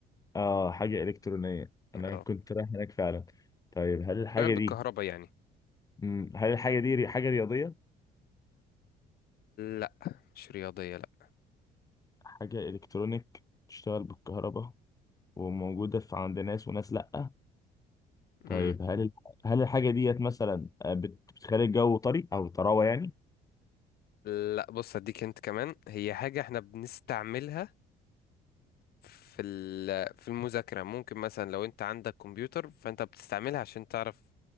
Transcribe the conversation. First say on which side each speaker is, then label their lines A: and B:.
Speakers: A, on the left; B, on the left.
A: اه حاجة إلكترونية أنا
B: اه
A: كنت رايح هناك فعلا طيب هل الحاجة
B: بتشتغل بالكهرباء
A: دي
B: يعني
A: مم، هل الحاجة دي ري- حاجة رياضية؟
B: لا مش رياضية لا
A: حاجة إلكترونيك بتشتغل بالكهرباء وموجودة في عند ناس وناس لأ
B: مم.
A: طيب هل الح... هل الحاجة ديت مثلا آه، بت- بتخلي الجو طري أو طراوة يعني؟
B: لا بص هديك هنت كمان هي حاجة احنا بنستعملها في ال- في المذاكرة ممكن مثلا لو انت عندك كمبيوتر فانت بتستعملها عشان تعرف